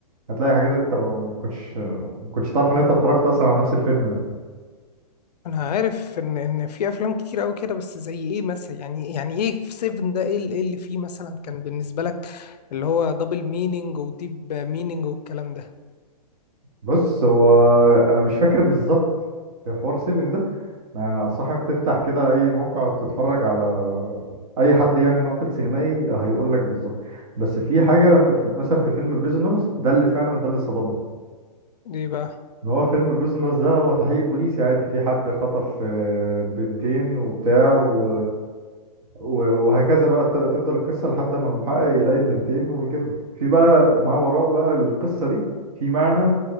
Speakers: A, on the right; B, on the left.
A: هتلاقي حاجات انت ما كنتش ما كنتش تعرف ان انت اتفرجت اصلا على نفس الفيلم ده
B: انا عارف ان ان في افلام كتير قوي كده بس زي ايه مثلا يعني يعني ايه في 7 ده ايه اللي إيه اللي فيه مثلا كان بالنسبه لك اللي هو دبل مينينج وديب مينينج والكلام ده
A: بص هو انا مش فاكر بالظبط حوار 7 يعني انصحك تفتح كده اي موقع تتفرج على اي حد يعني ناقد سينمائي هيقول لك بالظبط بس في حاجه في مثلا في فيلم بريزونرز ده اللي فعلا ده اللي صدمني
B: ليه بقى
A: ان هو فيلم بريزونرز ده هو تحقيق بوليسي عادي في حد خطف آه، بنتين وبتاع و... و... وهكذا بقى ت- تفضل القصه لحد ما المحقق يلاقي البنتين ويجيبهم في بقى ما وراء بقى القصه دي في معنى